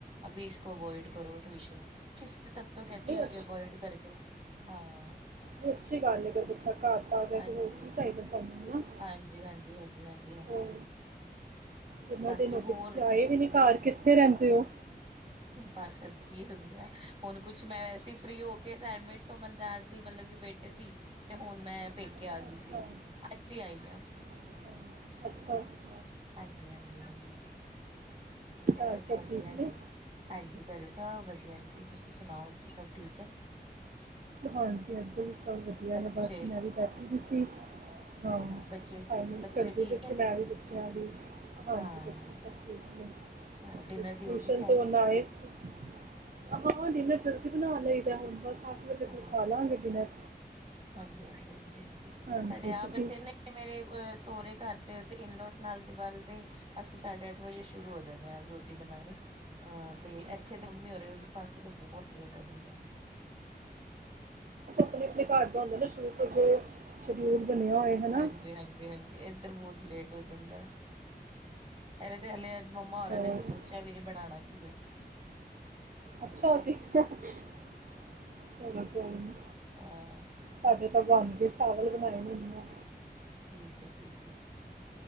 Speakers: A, on the right (about 35°); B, on the right (about 55°).
A: ਅਭੀ ਇਸਕੋ ਅਵੋਇਡ ਕਰੋ ਟਊਸ਼ਨ। ਫਿਫਥ ਤੱਕ ਤੋਂ ਕਹਿਤੀ
B: ਨਹੀਂ
A: ਹੈ ਅਵੋਇਡ ਕਰਦੋ, ਹਾਂ।
B: ਨੀ ਅੱਛੀ ਗਲ ਏ ਅਗਰ ਬਚਾ ਘਰ ਪੜ ਰੇਹਾ
A: ਹਾਂਜੀ,
B: ਤੇ ਹੋਰ ਕੀ ਚਾਹੀਦਾ ਸਾਨੂੰ ਹਨਾ,
A: ਹਾਂਜੀ, ਹਾਂਜੀ, ਹਾਂਜੀ, ਹਾਂਜੀ, ਹਾਂਜੀ
B: ਹੂੰ। ਕਿੰਨੇ
A: ਬਾਕੀ
B: ਦਿਨ ਹੋ
A: ਹੋਰ
B: ਗਏ ਤੁਸੀ ਆਏ ਵੀ ਨੀ ਘਰ ਕਿੱਥੇ ਰਹਿੰਦੇ ਓ?
A: ਬਸ ਏਥੇ ਈ ਰਹੰਦੇ ਆ, ਹੁਣ ਕੁਛ ਮੈਂ ਵੈਸੇ ਫ੍ਰਰੀ ਹੋ ਕੇ ਅਸਾਈਨਮੈਂਟਸ ਮਨ ਰਾਜ ਦੀ ਮਤਲਬ ਕਿ ਬੇੇ ਤਦੀ ਤੇ ਹੁਨ ਮੈਂ ਪੇਕੇ
B: ਅੱਛਾ
A: ਆ ਗੀ
B: ਅੱਛਾ
A: ਸੀ। ਅੱਜ ਈ ਆਈ ਆਂ।
B: ਅੱਛਾ ਅੱਛਾ ਅੱਛ।
A: ਹਾਂਜੀ ਹਾਂਜੀ ਹਾਂਜੀ। ਬਸ
B: ਘਰ ਸਭ
A: ਵਧੀਆ
B: ਠੀਕ ਨੇ
A: ਜੀ। ਹਾਂਜੀ ਘਰੇ ਸਭ ਵਧੀਆ ਨ ਜੀ। ਤੁਸੀ ਸੁਨਾਓ ਓਥੇ ਸਭ ਠੀਕ ਐ?
B: ਹਾਂਜੀ ਏਥੇ ਵੀ ਸਭ ਵਧੀਆ
A: ਬੱਚੇ
B: ਨੇ ਬਸ ਮੈਂ ਵੀ ਬੈਠੀ ਦੀ ਸੀ। ਹਾਂ
A: ਬੱਚੇ
B: ਅਸਾਈਨਮੈਂਟਸ
A: ਬੱਚੇ
B: ਕਰਦੀ
A: ਠੀਕ
B: ਪਈ ਸੀ
A: ਹੈ
B: ਮੈਂ ਵੀ ਬਚਿਆਂ ਦੀ। ਹਾਂਜੀ
A: ਹਾਂ
B: ਬੱਚੇ ਸਬ ਠੀਕ ਨੇ।
A: ਹੋਰ ਡਿਨਰ
B: ਬਸ
A: ਦੀ ਹੋ
B: ਟਿਊਸ਼ਨ
A: ਗਈ ਤਿਆਰੀ
B: ਤੋਂ ਹੁਨ ਆਏ ਸੀ। ਹਾਂ ਡਿਨਰ ਜਲਦੀ ਬਨਾ ਲਈ ਦਾ ਹੁਨ ਬਸ ਅੱਠ ਵਜੇ
A: ਹਾਂ
B: ਕੋਲ ਖਾ ਲਾਂਗੇ ਡਿਨਰ।
A: ਹਾਂਜੀ ਹਾਂਜੀ ਹਾਂਜੀ ਹਾਂਜੀ
B: ਹਾਂਜੀ
A: ਸਾਡੇ ਆਪ
B: ਤੁਸੀਂ
A: ਏਥੇ ਨੇ ਤੇ ਮੇਰੇ ਅ ਸੋਹਰੇ ਘਰ ਤੇ ਓਤੇ ਇਨਲੋਸ ਨਾਲ ਵਲ ਤੇ ਅਸੀਂ ਸਾਢੇ ਅੱਠ ਵਜੇ ਸ਼ੁਰੂ ਹੋ ਜਾਨੇ ਆ ਰੋਟੀ ਬਨਾਣੀ। ਹਾਂ
B: ਅੱਛਾ-ਅੱਛਾ
A: ਤੇ ਇੱਥੇ ਤੇ ਮੰਮੀ ਹੋਰੇ ਪਾਸੇ ਤਾਂ ਬਹੁਤ ਲੇਟ ਹੋ ਜਾਂਦਾ।
B: ਅਪਣੇ ਅਪਨੇ ਘਰ ਦਾ ਹੁੰਦਾ ਨਾ ਸ਼ੂਰੂ ਤੋਂ ਜੋ ਸ਼ਡਿਊਲ ਬਨਿਆ ਹੋਏ। ਹਨਾ।
A: ਹਾਂਜੀ ਹਾਂਜੀ ਹਾਂਜੀ ਇੱਧਰ ਬਹੁਤ ਲੇਟ ਹੋ ਜਾਂਦਾ ਇਹਰੇ ਤੇ ਹਲੇ ਮੰਮਾ ਹੋਰਾਂ
B: ਹੋਰ
A: ਨੇ ਤਾਂ ਸੋਚਿਆ ਵੀ ਨਹੀ ਬਣਾਣਾ ਕੀ ਹੈ।
B: ਅੱਛਾ ਅਸੀਂ ਚਲੋ ਕੋਈ ਨੀ।
A: ਹਾਂ
B: ਸਾਡੇ ਤਾਂ ਬਨ ਗਏ ਚਾਵਲ ਬਨਾਏ ਨੇ ਹੁਨੇ ਆ।
A: ਠੀਕ ਹੈ ਠੀਕ ਹੈ ਠੀਕ ਹੈ